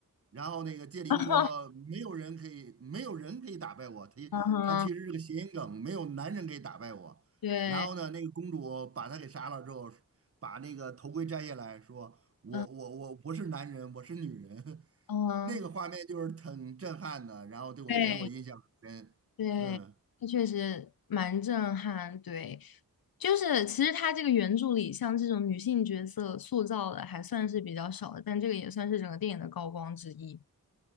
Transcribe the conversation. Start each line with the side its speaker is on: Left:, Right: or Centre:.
Right: 然后那个戒灵说，
Left: <laughs>
Right: 没有人可以，没有人可以打败我。他他其实是个谐音梗，
Left: 啊哈，
Right: 没有男人可以打败我。
Left: 对，
Right: 然后呢，那个公主把他给杀了之后，把那个头盔摘下来说，我我我不是男人，
Left: 嗯
Right: 我是女人。<laughs>
Left: 嗯，
Right: 那个画面就是挺震撼的，然后对我给我印象很深。
Left: 对。对，
Right: 嗯。
Left: 它确实蛮震撼。对，就是其实它这个原著里，像这种女性角色塑造的还算是比较少的，但这个也算是整个电影的高光之一